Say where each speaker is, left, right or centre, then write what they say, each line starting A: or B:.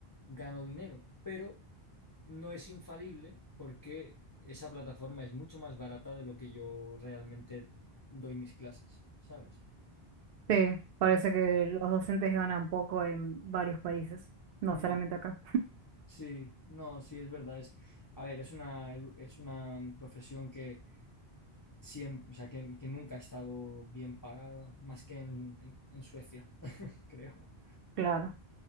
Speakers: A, on the left; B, on the right.
A: gano dinero, pero no es infalible porque esa plataforma es mucho más barata de lo que yo realmente doy mis clases, ¿sabes?
B: sí, parece que los docentes ganan poco en varios países, no
A: Mm,
B: solamente acá.
A: Sí, no, sí, es verdad. Es, a ver, es una, es una profesión que, siempre, o sea, que, que nunca ha estado bien pagada, más que en, en- en Suecia, <laughs> creo.
B: Claro.